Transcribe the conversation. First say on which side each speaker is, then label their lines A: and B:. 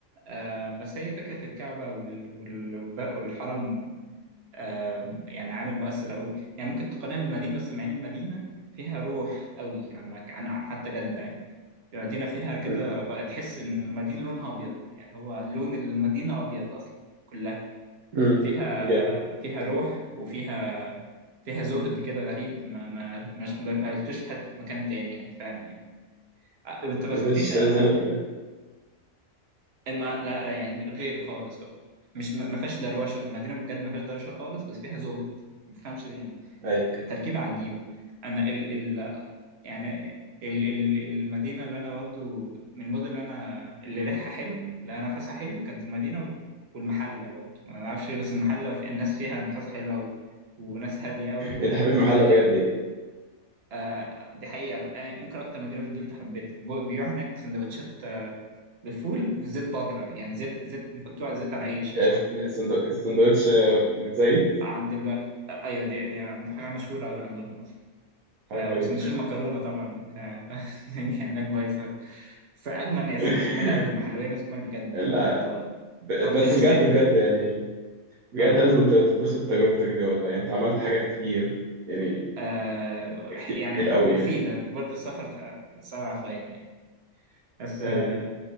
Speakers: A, on the right; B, on the right.
A: آه بس هي فكرة الكعبة وال- وال- والحرم آه يعني عامل مؤثر أوي يعني ممكن تقارنها بالمدينة بس مع إن المدينة فيها روح أوي عن مك... عن حتى جدة يعني المدينة فيها كده
B: مم.
A: بقى تحس إن المدينة لونها أبيض يعني هو لون المدينة أبيض أصلا كلها
B: مم.
A: فيها
B: جامد
A: فيها روح وفيها فيها زهد كده غريب ما ما ما ما ما قلتوش في حد في مكان تاني يعني فاهم يعني أ- انت ما
B: ما
A: سبتنيش
B: نزلتش استاذ
A: انا
B: زينب ولا ايه؟
A: ما لا لا، يعني غير خالص بقى مش ما ما فيهاش دروشه المدينه بجد ما فيهاش دروشه خالص بس فيها زهد ما تفهمش يعني
B: <laughs> ايوه
A: تركيبه عجيبه انا ال ال يعني ال- ال- المدينة اللي أنا برضو من المدن اللي أنا اللي ريحها حلو اللي نفسها حلو كانت المدينة و- والمحلة برضو ما أعرفش ليه بس المحلة في- الناس فيها نفسها حلو أوي وناس هادية أوي وناس
B: إيه، انت حبيت المحل
A: زاهدة
B: بجد يعني
A: آه دي حقيقة بقى. آه، ممكن أكتر مدينة في الدلتا حبيتها ب- بيبيعوا هناك سندوتشات آه، بالفول والزيت بره يعني زيت زيت بيحطوه على الزيت على العيش
B: عرفت
A: مش على الفول
B: السندو- السندوتش متزيت
A: آه، عند الوقت آه، أيوة دي, دي عند حاجة مشهورة أوي عندهم أصلا. ف
B: حاجه
A: وسندوتشات
B: غريبه
A: مكرونه طبعا بتاع <laughs> ف- يعني هناك بايظه بس اجمل يا
B: <laughs>
A: سيدي، ناس جمال قوي المحلويه ناس جمال بجد
B: لا
A: يعني مش هزار
B: ب-
A: رحت
B: بس
A: الاستاد
B: بجد بجد يعني بجد
A: آه.
B: لازم انت تتبسط بتجربتك دي والله يعني انت عملت حاجات كتير يعني
A: آه
B: كتير
A: يعني
B: قوي
A: مفيده
B: يعني
A: برضه السفر ف- سبع فوائد يعني بس آه.
B: ايوه